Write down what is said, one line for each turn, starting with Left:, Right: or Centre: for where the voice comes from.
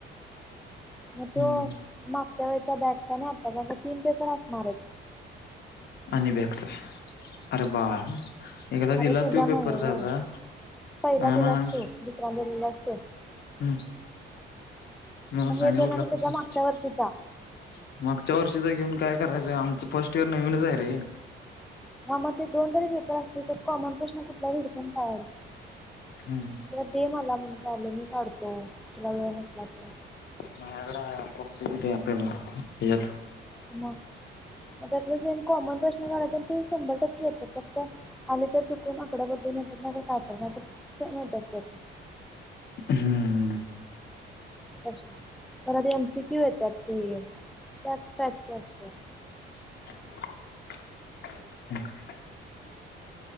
Centre: मग
Left: हम्म
Centre: तो मागच्या वेळचा बॅगचा. आणि आत्ताचा असा तीन पेपर असणार.
Left: आणि बॅक चा. अरे बाळ. एकदा
Centre: अरे
Left: दिला
Centre: तुझा
Left: तो
Centre: नव्ह
Left: पेपर झाला.
Centre: व्हय पहिला
Left: आणि
Centre: दिलास तू दुसऱ्यांदा दिलेलास असतो.
Left: हम्म. म
Centre: मग हे
Left: आणि
Centre: दोन
Left: कुठला
Centre: त्याच्या
Left: <unintelligible>
Centre: मागच्या वर्षीचा
Left: मागच्या वर्षीच घेऊन काय करायचंय? आमचं फर्स्ट इयर नवीनच आहे रे.
Centre: हा मग ते दोन तरी पेपर असतील तर कॉमन प्रश्न कुठल्यात हुडकून काढ.
Left: हम्.
Centre: किंवा दे मला म्हणस आलं मी काढतो. तुला वेळ नसला तर.
Left: मायगडाक्ते येत आहे आपेत
Centre: मग, मग त्यातलं सेम कॉमन प्रश्न काढायचं आणि ते शंभर टक्के येते फक्त, आले तर चुकून आकड बदलून येत्यात नाहीतर कायतर कायतर सेम येत्यात प्रश्न.
Left: हम्.
Centre: <unintelligible> परत एम सी क्यू येत्यात ते. त्याच टाईपचे असत्यात.
Left: <inaudible>